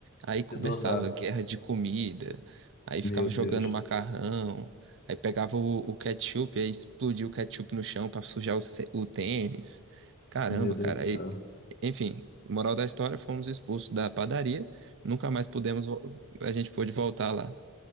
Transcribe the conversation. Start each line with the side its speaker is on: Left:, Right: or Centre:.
Right: Aí começava
Left: Se dosar.
Right: guerra de comida, aí
Left: Meu
Right: ficava
Left: Deus.
Right: jogando macarrão, Aí pegava o, o ketchup, aí explodia o ketchup no chão pra sujar o, ce- o tênis. Caramba,
Left: Meu Deus
Right: cara.
Left: do céu.
Right: Aí, enfim, moral da história, fomos expulsos da padaria. Nunca mais pudemos, vo- a gente pôde voltar lá.